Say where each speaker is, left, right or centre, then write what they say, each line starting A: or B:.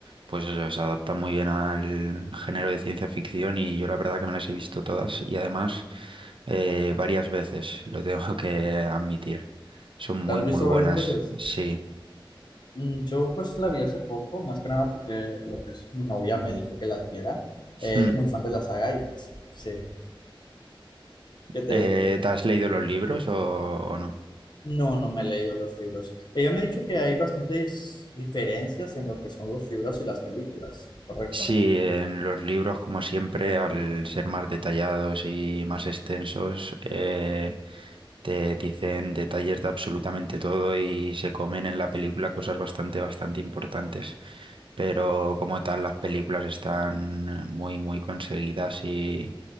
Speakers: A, on the right; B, on the left.
A: pues eso, se adaptan muy bien al género de ciencia ficción y yo la verdad que me las he visto todas y además eh, varias veces, lo tengo <laughs> que admitir. Son muy,
B: ¿La has
A: muy
B: visto
A: buenas,
B: varias veces?
A: sí. <laughs>
B: Mm, Yo pues la vi hace poco, más que nada porque lo que es mi novia me dijo que las viera. Eh,
A: Mm.
B: es muy fan de la saga y pues sí, ¿qué te
A: Eh,
B: digo?
A: ¿te has leído los libros o, o no?
B: No, no me he leído los libros. Ella me ha dicho que hay bastantes diferencias en lo que son los libros y las películas, ¿correcto?
A: Sí, en los libros, como siempre, al ser más detallados y más extensos, eh, te dicen detalles de absolutamente todo y se comen en la película cosas bastante, bastante importantes. Pero como tal, las películas están muy, muy conseguidas y,